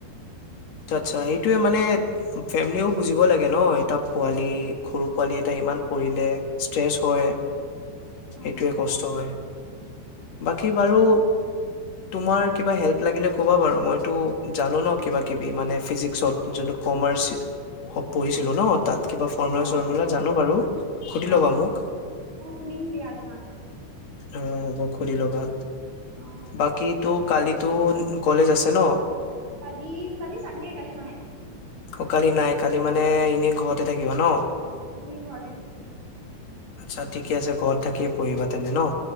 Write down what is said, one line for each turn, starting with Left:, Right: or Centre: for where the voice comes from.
Left: আচ্ছা আচ্ছা, সেইটোয়ে মানে ফেমিলিয়েও বুজিব লাগে ন, এটা পোৱালি সৰু
Right: বুজিব
Left: পোৱালি এটায়ে
Right: লাগে
Left: ইমান পঢ়িলে
Right: অ
Left: ষ্ট্ৰেছ হয়।
Right: অ
Left: সেইটোৱে কষ্ট হয়, বাকী বাৰু
Right: সেই
Left: তোমাৰ কিবা হেল্প লাগিলে কবা বাৰু মইতো জানো ন কিবা কিবি মানে ফিজিক্সত
Right: অ
Left: জোনটো কমাৰ্চ পঢ়িছিলো ন' তাত কিবা ফৰ্মুলা
Right: অ
Left: চৰ্মুলা জানো বাৰু, সুধি
Right: অ
Left: ল'বা মোক।
Right: অ সুধিম দিয়া তোমাক
Left: অ' হ'ব, সুধি ল'বা।
Right: অ
Left: বাকী তো কালিতো কলেজ আছে ন?
Right: কালি, কালি ছানডে কালি নাই।
Left: অ' কালি নাই কালি মানে এনেই ঘৰতে থাকিবা ন?
Right: ইনেই ঘৰতে থাকিম।
Left: আচ্ছা ঠিকে আছে, ঘৰত থাকিয়ে পঢ়িবা তেনে ন?